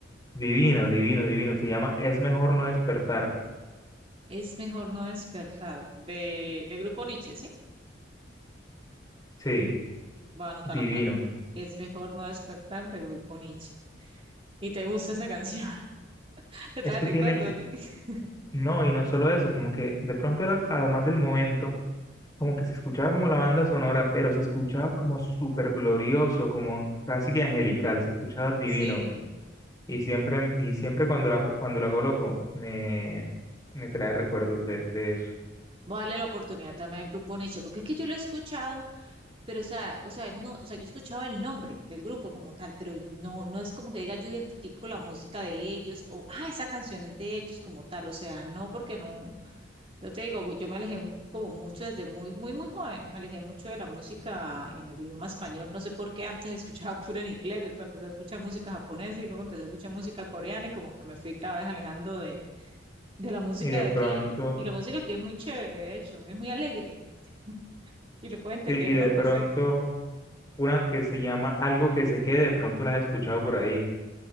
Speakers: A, on the left; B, on the right.
A: Divino, divino, divino. Se llama Es mejor no despertar.
B: Es mejor no despertar de, de Grupo Niche, ¿sí?
A: Sí,
B: Voy a anotarla
A: divino.
B: por aquí. Es mejor no despertar de Grupo Niche. Y te gusta esa canción. <laughs> Te
A: Es
B: trae
A: que
B: recuerdos.
A: tiene,
B: di- <laughs>
A: no, y no solo eso, como que de pronto era, además del momento, como que se escuchaba como la banda sonora, pero se escuchaba como súper glorioso, como casi que angelical, se escuchaba divino.
B: Sí.
A: Y siempre, y siempre cuando la, cuando la coloco, me, me trae recuerdos de, de eso.
B: Voy a darle la oportunidad también al grupo Nietzsche, porque es que yo lo he escuchado, pero o sea, o sea, no, o sea, yo escuchaba el nombre del grupo como tal, pero no, no es como que diga yo identifico la música de ellos o, ah, esa canción es de ellos como tal, o sea, no, porque no, yo te digo, yo me alejé mu- como mucho desde muy, muy, muy joven, me alejé mucho de la música en el idioma español, no sé por qué antes escuchaba <laughs> puro en inglés, después empecé a escuchar música japonesa y luego empecé a escuchar música coreana y como que me fui cada vez alejando de de la música
A: Y de
B: de
A: pronto,
B: aquí y y la música aquí es muy chévere, de hecho, es muy alegre <laughs> y lo puede entender
A: sí, y
B: uno
A: de
B: perfecto.
A: pronto, una que se llama Algo que se quede, de pronto la has escuchado por ahí.